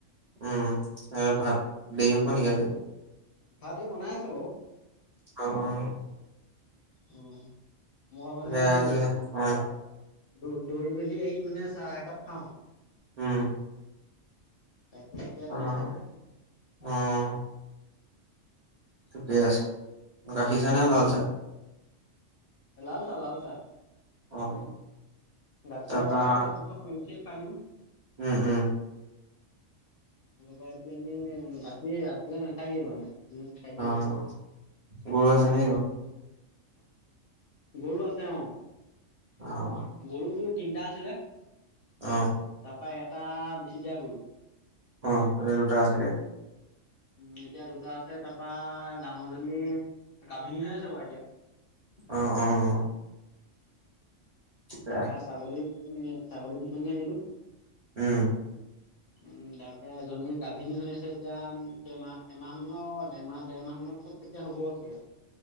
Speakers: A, on the right; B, on the left.
A: অ, ভাত দেৰি হ'ব নেকি আজি
B: ভাত এ বনাই আছে বাৰু।
A: অ', অ',
B: উম, মই মানে
A: এতিয়া
B: এই
A: আজি অ',
B: তাপা দৌ দৌৰি মেলি আহি মানে চাহ একাপ খাওঁ।
A: উম।
B: তাকে এতিয়া
A: অ',
B: দিছে হে।
A: অ', ঠিকে আছে, গাখীৰ চাহ নে লাল চাহ।
B: লাল চাহ, লাল চাহ।
A: অ'।
B: গাখীৰৰ
A: তাৰপৰা
B: চাহটো ৰাতিপুৱা শুই উঠিয়ে খাই দিওঁ।
A: উম উম
B: তপা এতিয়া আমি গাখীৰ ৰাতিলে নাথাকেই মানে। খাই দিয়া
A: অ',
B: হয়।
A: গৰু আছে নেকি ঘৰত?
B: গৰু আছে অ'।
A: অ'।
B: গৰু টোৰ তিনিটা আছিলে
A: অ
B: তাৰ পা এটা বেছি দিয়া গল।
A: অ', এতিয়া দুটা আচেগে।
B: উম এতিয়া দুটা আছে তাপা ডাঙৰজনী গাভিনীহে আছে বাৰু এতিয়া।
A: অ', অ'। ঠিকে
B: তাৰপা ছাগলী, ছাগলী দুজনী আনিলো।
A: উম।
B: উম, তাকে এজনী গাভিনী হৈ আছে এতিয়া কেমাহ এমাহ মানৰ এমাহ ডেৰমাহ মানৰ পাছত ঠিকে হ'ব চাগে।